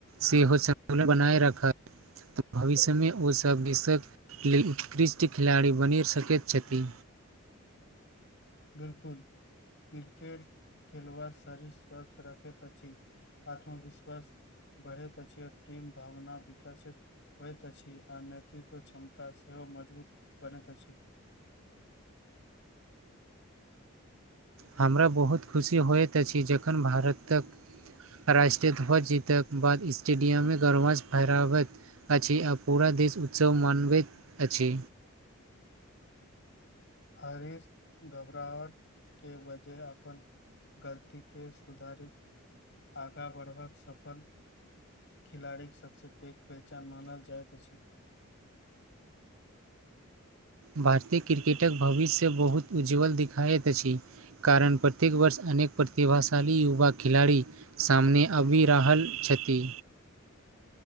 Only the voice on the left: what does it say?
बिलकुल क्रिकेट खेलबा शरीर स्वस्थ रखैत अछि आत्मविश्वास बढ़ैत अछि आओर टीम भावना विकसित होइत अछि आर नेतृत्व क्षमता सेहो मजबूत बनैत अछि
हरीश घबरावट के वजह से अपने गलती के सुधारित आगाँ बढ़बाक सफल खिलाड़ी के सबस पैघ पहचान मानल जायइत अछि